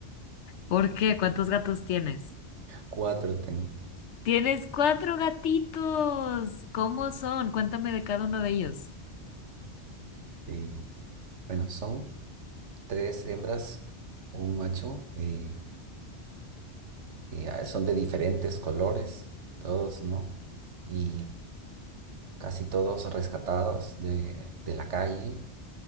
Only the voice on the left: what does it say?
¿Por qué? ¿Cuántos gatos tienes?
Tienes cuatro gatitos. ¿Cómo son? Cuéntame de cada uno de ellos.